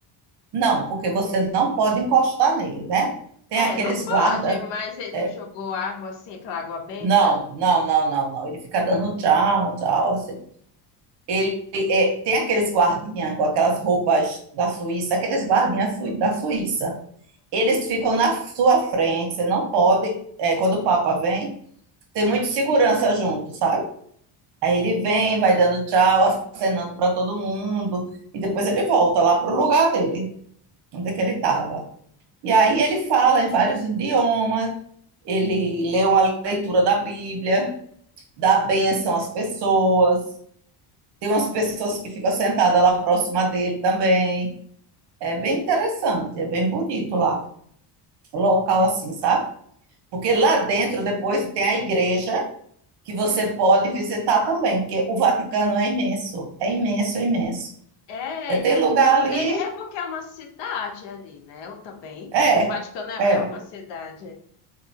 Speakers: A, on the right (about 65°); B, on the left (about 75°).
A: Não, porque você não pode encostar nele, né? Tem
B: É,
A: aqueles
B: não pode,
A: guarda.
B: mas ele
A: é,
B: não jogou água assim, aquela água benta.
A: não, não, não, não, não. Ele fica dando tchau, tchau, assim. Ele é, tem aqueles guardinha com aquelas roupas da Suíça, aqueles guardinhas sui- da Suíça. Eles ficam na sua frente. Você não pode. é, quando o Papa vem, tem muita segurança junto, sabe? Aí ele vem, vai dando tchau, acenando para todo mundo, e depois ele volta lá pro lugar dele, onde é que ele estava. E aí ele fala em vários idiomas, ele lê uma leitura da Bíblia, dá bênção às pessoas, tem umas pessoas que ficam sentadas lá próxima dele também. É bem interessante, é bem bonito lá, local assim, sabe? Porque lá dentro depois tem a igreja que você pode visitar também, porque o Vaticano é imenso, é imenso, é imenso.
B: É,
A: É, tem
B: e é muito.
A: lugar ali,
B: É, é porque é uma cidade ali, né? Eu também.
A: é,
B: O Vaticano é,
A: é,
B: é uma cidade.